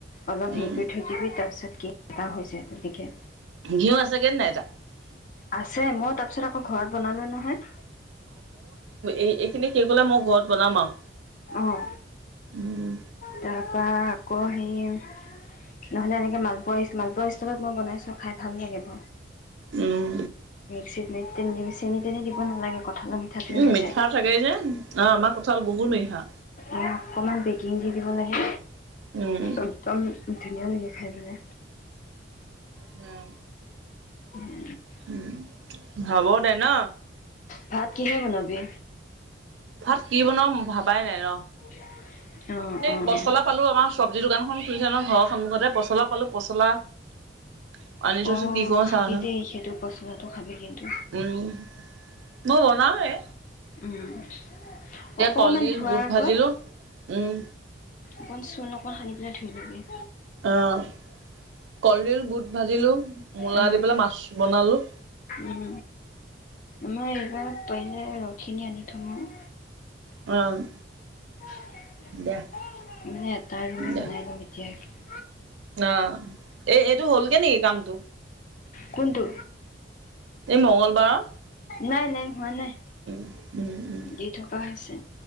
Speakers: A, on the left (about 45°); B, on the right (about 85°).
A: অলপ
B: উম
A: হেৰি কৰি থৈ দিবি। তাৰপিছত কেক এটা হৈ যায় তেনেকে।
B: ঘিউ আছে গে নাই তা?
A: আছে, মই তাৰপিছত আকৌ ঘৰত বনালোঁ নহয়।
B: এই- এইখিনি কি কলা, মই ঘৰত বনাম আৰু।
A: অ'
B: উম
A: তাৰপৰা আকৌ সেই নহ'লে এনেকে মালপোৱা ইষ্- মালপোৱা ইষ্টলত মই বনাইছোঁ। খাই ভাল লাগিব।
B: উম
A: মিক্সিত নে তে দিম। চেনি-তেনি দিব নালাগে। কঁঠালৰ মিঠাটোৱে
B: উম,
A: হৈ
B: মিঠা
A: যায়।
B: থাকে যে। অ' আমাৰ কঁঠাল বহুত মিঠা।
A: অ' অকমান বেকিং দি দিব লাগে।
B: উম
A: একদম ধুনীয়া লাগে খাই মানে।
B: উম।
A: উম।
B: উম, হ'ব দে ন'।
A: ভাত কিহে বনাবি?
B: ভাত কি বনাওঁ, ভাবাই নাই ৰ'।
A: <unintelligible>
B: এই
A: অ'।
B: পচলা পালোঁ। আমাৰ চব্জি দোকানখন খুলিছে ন' ঘৰৰ সন্মুখতে। পচলা পালোঁ পচলা <inaudible> আনি থৈছোঁ।
A: অ',
B: কি কৰোঁ
A: খাবি
B: চাওঁচোন।
A: দেই সেইটো পচলাটো খাবি কিন্তু।
B: উম। মই বনাওঁৱে।
A: উম, অকমান
B: কলডিল
A: ধোৱাৰ
B: বুট
A: আগত
B: ভাজিলো উম
A: অকণ চূণ অকণ সানি পেলাই ধুই ল'বি।
B: অ'। কলডিল বুট ভাজিলোঁ। মূলা
A: অ',
B: দি পেলাই মাছ বনালোঁ।
A: উম, আমাৰ এইবাৰ পাৰিলে ৰসখিনি আনি থম আৰু।
B: অ'।
A: মানে
B: দিয়া
A: এটা ৰুমে
B: দিয়া
A: বনাই লম এতিয়াই।
B: অ'। এই- এইটো হ'লগে নেকি কামটো?
A: কোনটো?
B: এই মংগলবাৰৰ।
A: নাই নাই হোৱা নাই
B: উম উম উম
A: দি থকা হৈছে